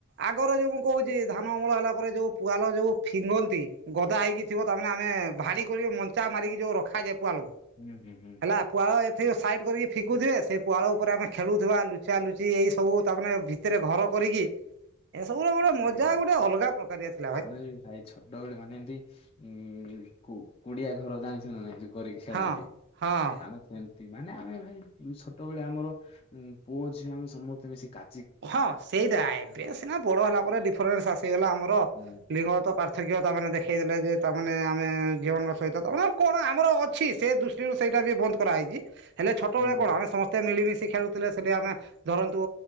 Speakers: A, on the right; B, on the left.
A: ଆଗର ଯୋଉ ମୁଁ କହୁଛି ଧାନ ଅମଳ ହେଲା ପରେ ଯୋଉ ପୁଆଲ ଯୋଉ ଫିଙ୍ଗନ୍ତି ଗଦା ହେଇକି ଥିବ ତାମାନେ ଆମେ ଭାଡି କରିକି ମଞ୍ଚା ମାରିକି ଯୋଉ ରଖାଯାଏ ପୁଆ ଲକୁ।
B: ହୁଁ ହୁଁ ହୁଁ
A: ହେଲା ପୁଆଳ ଏଥି ସାଇଟ କରିକି ଫିକୁଥିବେ ସେ ପୁଆଳ ଉପରେ ଆମେ ଖେଳୁଥିବା ଲୁଚା ଲୁଚି ଏଇ ସବୁ ତାମାନେ ଭିତରେ ଘର କରିକି ଏସବୁ ର ଗୋଟେ ମଜା
B: ସେଇଆ ପରା।
A: ଗୋଟେ ଅଲଗା ପ୍ରକାରିଆ ଥିଲା ଭାଇ।
B: <unintelligible> ଛୋଟବେଳେ ମାନେ ଏମିତି ଉଁ କୁଡିଆ ଘର ଜାଣିଛ ନା ନାଇଁ ଯୋଉ କରିକି ଖେଳନ୍ତି
A: ହଁ ହଁ।
B: ଆମେ ସେମ ମାନେ ଆମେ ଭାଇ ଛୋଟବେଳେ ଆମର ପୁଅ ଝିଅ ଆମେ ସମସ୍ତେ ମିଶି କା
A: ହଁ ସେଇଟା ଏବେ ସିନା ବଡ ହେଲା ପରେ ଡିଫରେନ୍ସ ଆସିଗଲା ଆମର
B: ହୁଁ
A: ଲିଙ୍ଗଗତ ପା ରଥକୀୟ ତାମାନେ ଦେଖେଇ ଦେଲେ ଯେ ତାମାନେ ଆମେ ଝିଅମାନଙ୍କ ସହିତ ତାମାନେ କଣ ଆମର ଅଛି ସେ ଦୁ ସେଇଟା ବି ବନ୍ଦ କରାହେଇଚି। ହେଲେ ଛୋଟବେଳେ
B: ହୁଁ
A: କଣ ଆମେ ସମସ୍ତେ ମିଳିମିଶି ଖେଳୁଥିଲେ ସେଇଠି ଆମେ ଧରନ୍ତୁ